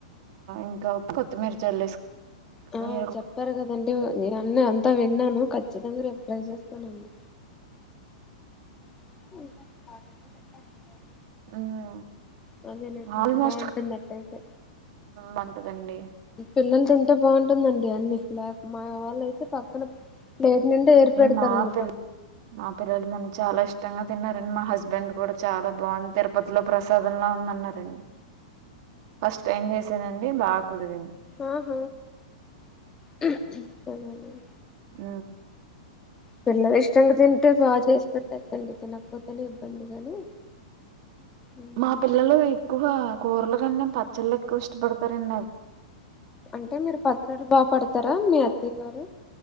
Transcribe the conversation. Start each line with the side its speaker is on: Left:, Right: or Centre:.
Right: ఇంకా కొత్తిమీర చల్లేసుకొని
Left: ఆ చెప్పారు కదండి నేను అన్న అంతా విన్నాను ఖచ్చితంగా రేపు ట్రై చేస్తానండి <inaudible>
Right: ఇంగ
Left: అదేనండి
Right: ఆల్మోస్ట్
Left: బాగుంటుంది అట్టయితే
Right: బాగుంటది అండి
Left: పిల్లలు తింటే బాగుంటుందండి అన్ని మా వాళ్ళయితే పక్కన ప్లేట్ నిండా ఏరి పెడతారండి
Right: మా పిల్ల మా పిల్లలు మనకి చాలా ఇష్టం ఇష్టంగా తిన్నారండి మా హస్బెండ్ కూడా చాలా బాగుంది తిరుపతిలో ప్రసాదంలా ఉందన్నారండి. ఫస్ట్ టైం చేసానండి బాగా కుదిరింది
Left: ఆహ సరే <inaudible>
Right: ఊ
Left: పిల్లలు ఇష్టంగా తింటే బాగా చేసి పెట్టచ్చు అండి తినకపోతేనే ఇబ్బంది గాని ఉమ్,
Right: మా పిల్లలు ఎక్కువ కూరల కన్నా పచ్చళ్ళు ఎక్కువ ఇష్టపడతారండి అది
Left: అంటే మీరు పచ్చళ్లు బాగా పేడతారా మీ అత్తయ్య గారు